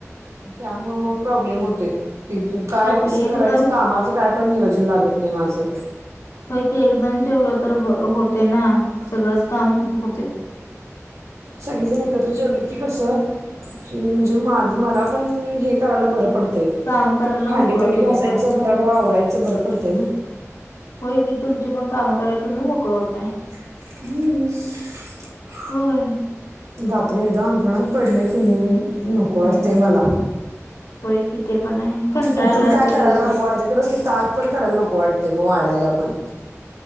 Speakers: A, on the right; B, on the left.
A: त्यामुळे मग प्रॉब्लेम होतेय कि काय
B: पैकी
A: कसं
B: एकदम
A: करायचं कामाचं काय पण नियोजन लागत नाही माझं
B: पैकी एकदम जेवलं तर होते ना सगळंच काम होते
A: सगळीजण एकत्र जवली की कसं म्हणजे माझ मला पण हे करायला बरं पडतं
B: काम करायला
A: भांडी
B: मोकळ
A: भिंडी
B: तुम्ही
A: घासायचं
B: पण
A: बराबर आवरायचं बरं पडतं ना
B: होय की तुमचे पण काम कराय तुम्ही मोकळ होताय
A: ह
B: होय
A: रात्री एकदा अंतरुणात पडले की नाही नको
B: हम्म
A: वाटते मला
B: होय कि ते पण आहे कंटाळला
A: उठून काय
B: असते
A: करायला
B: दिवसभर
A: नको वाटते ख कि तात पण करायला नको वाटते मग वाढायला पण